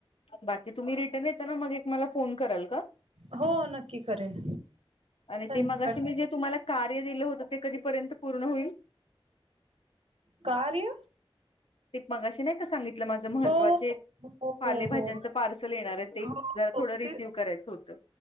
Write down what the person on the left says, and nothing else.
बाकी तुम्ही रिटर्न येताना मग एक मला फोन कराल का?
आणि
ते मग असे मी जे तुम्हाला कार्य दिलं होतं ते कधीपर्यंत पूर्ण होईल?
ते मगाशी नाही का सांगितलं माझं महत्त्वाचे
एक.
पालेभाज्यांचं
पार्सल येणार आहे ते जरा
थोडं रिसीव्ह
करायचं होतं.